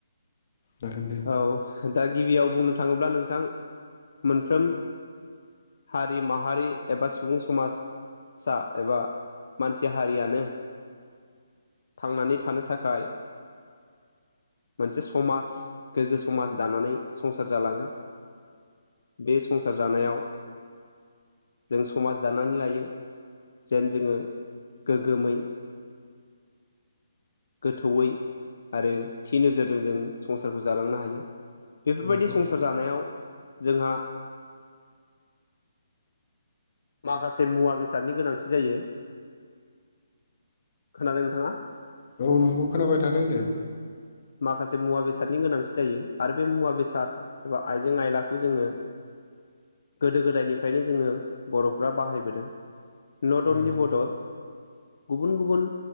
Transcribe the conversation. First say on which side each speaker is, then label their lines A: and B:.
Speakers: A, on the left; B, on the left.
A: जागोन दे
B: औ दा गिबियाव बुंनो थाङोब्ला नोंथां मोनफ्रोम हारि माहारि एबा सुबुं समाजसा एबा मानसि हारियानो थांनानै थानो थाखाय मोनसे समाज गोग्गो समाज दानानै संसार जालाङो बे संसार जानायाव जों समाज दानानै लायो जेन जोङो गोगोमै गोथौयै आरो थि नोजोरजों जों संसारखौ जालांनो हायो बेफोरबायदि
A: नंगौ
B: संसार जानायाव जोंहा माखासे मुवा बेसादनि गोनांथि जायो खोनादों नोंथाङा
A: औ नंगौ खोनाबाय थादों दे
B: माखासे मुवा बेसादनि गोनांथि जायो आरो बे मुवा बेसाद एबा आइजें आयलाखौ जोङो गोदो गोदायनिफ्रायनो जोङो बर'फ्रा बाहायबोदों नट
A: नंगौ
B: अनलि बडस गुबुन गुबुन